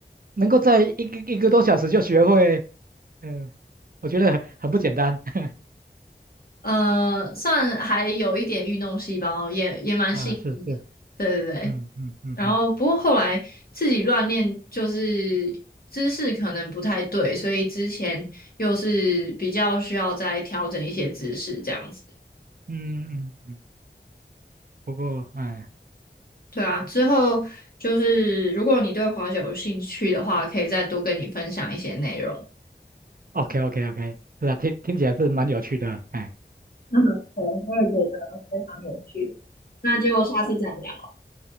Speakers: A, on the right (about 55°); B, on the left (about 55°).
A: 能够在一个一个多小时就学会，嗯、我觉得很不简单。<laughs>
B: 呃，算还有一点运动细胞，也也蛮幸运的，
A: 啊，是是，
B: 对对对。
A: 嗯嗯嗯嗯。
B: 然后不过后来自己乱练，就是姿势可能不太对，所以之前又是比较需要再调整一些姿势这样子。
A: 嗯嗯嗯，不过哎
B: 对啊，之后就是如果你对滑雪有兴趣的话，可以再多跟你分享一些内容。<laughs>
A: ，OK OK OK，是啊，听听起来是蛮有趣的，哎，
B: 嗯，对，我也觉得非常有趣。那就下次再聊。